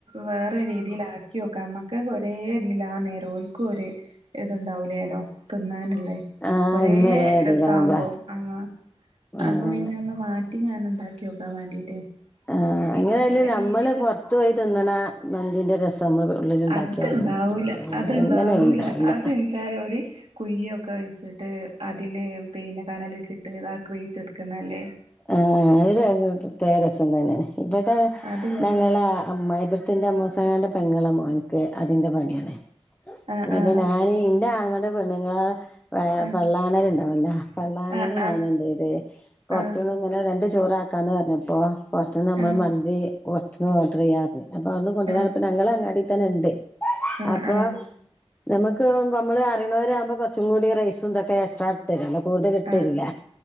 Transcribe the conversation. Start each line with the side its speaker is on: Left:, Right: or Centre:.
Right: വേറെ രീതിൽ ആ ക്കി നോക്കാം, നമ്മക്കോരേ ഇതിൽ ആന്നേ ഓൽക്കും ഒരു ഇതുണ്ടാവൂലേല്ലോ തിന്നാനും ല്ലേ
Left: ആഹ്
Right: ഒരേ
Left: ഇന്ന് ഇതിലാവുമ്പോ
Right: രസാമ്പോ അങ്ങ്,
Left: ആഹ്
Right: അപ്പൊപ്പിന്നെ ഒന്ന് മാ റ്റി ഞാൻ ഉണ്ടാക്കിനോക്കാൻ വേണ്ടീട്ട്
Left: ആ
Right: പിന്നെ
Left: എങ്ങനായാലും
Right: പല
Left: നമ്മള്
Right: രീതിക്ക്
Left: പുറത്തു പോയി തിന്നണ മന്തീന്റെ രസം നമ്മള് ഉള്ളിലുണ്ടാക്കിയാലും
Right: അത്ണ്ടാവൂല
Left: കിട്ടൂല
Right: അത്ണ്ടാവൂല
Left: എങ്ങനായാലും ഉണ്ടാവൂല
Right: അതെന്നെച്ചാലവര് കുഴിയൊക്കെയിച്ചു ന്നട്ട് അതില് പിന്നെ കനലിട്ടിട്ട് ഇതാക്കി വേവിച്ചെടുക്കുന്നല്ലേ
Left: ആ അവര് അത് ഒരു പ്രത്യേക രസം തന്നെയാണ് ഇവിടെ
Right: അത്
Left: ഞങ്ങള അമ്മായി ന്റെമ്മൂസങ്ങന്റെ പെങ്ങളെ മോന്ക്ക് അതിന്റെ പണിയാണ്
Right: ആ
Left: എന്നിട്ട്
Right: ആ
Left: ഞാന് എന്റെ ആങ്ങള ടെ പെണ്ണുങ്ങൾ
Right: ആഹ്
Left: പള്ളാണൽ ഉണ്ടാവില്ല പള്ളാണല്
Right: ആഹ്
Left: ഞൻ എന്ത ചെയ്ത് പൊറ
Right: ആഹ്
Left: ത്തുന്ന് ഇങ്ങനെ രണ്ട് ചോറാക്കാന്നു പറഞ്ഞപ്പോ പൊറത്തുന്നു നമ്മൾ
Right: ആഹ്
Left: മന്തി പൊർത്തുന്നു ഓർഡർ ചെയ്യാപറഞ്ഞു. അപ്പൊ അന്ന് കൊണ്ടുവരാന്ന്
Right: ആഹ്
Left: പറഞ്ഞപ്പോ ഞങ്ങളങ്ങാടിത്തന്നെ ഉണ്ട്
Right: ആഹ്
Left: അപ്പൊ
Right: ആഹ്
Left: നമുക്ക് നമ്മളെ അറിയണവരാകുമ്പോ കൊറച്ചും കൂടി റൈസുംതൊക്കെ എക്സ്ട്രാ ഇട്ട് തരുല്ലോ. കൂടുതൽ ഇട്ടു
Right: ആഹ്
Left: തരൂല്ല